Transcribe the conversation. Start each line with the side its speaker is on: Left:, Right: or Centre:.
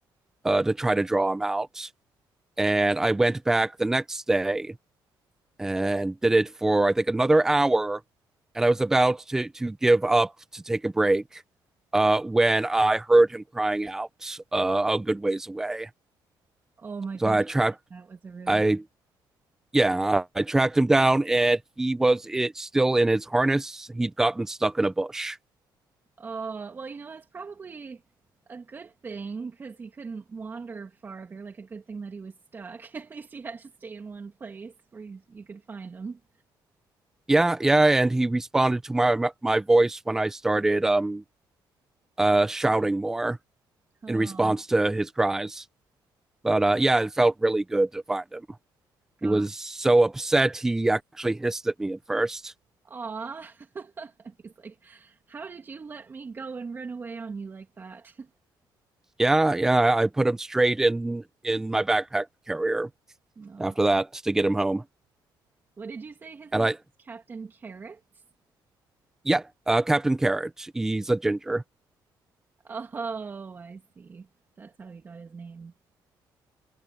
Centre: uh, to try to draw him out, and I went back the next day and did it for I think another hour, and I was about to to give up to take a break uh, when I heard him crying out uh, a good ways away.
Right: Oh my gosh,
Centre: So I trapped
Right: that that was a really
Centre: I yeah, I tracked him down and he was it still in his harness. He'd gotten stuck in a bush.
Right: Oh, well, you know, that's probably a good thing because he couldn't wander farther. Like, a good thing that he was stuck. <laughs> At least he had to stay in one place where you, you could find him.
Centre: Yeah, yeah, and he responded to my my voice when I started um uh shouting more
Right: Oh,
Centre: in response to his cries. But uh yeah, it felt really good to find him.
Right: gosh.
Centre: He was so upset he actually hissed at me at first.
Right: Aw. <laughs> He's like, How did you let me go and run away on you like that?
Centre: Yeah, yeah, I put him straight in in my backpack carrier
Right: <laughs>
Centre: after that
Right: Aw.
Centre: to get him home.
Right: What did you say his
Centre: And
Right: name
Centre: I
Right: was? Captain Carrots?
Centre: yeah, uh Captain Carrot, he's a ginger.
Right: Oh, I see. That's how he got his name.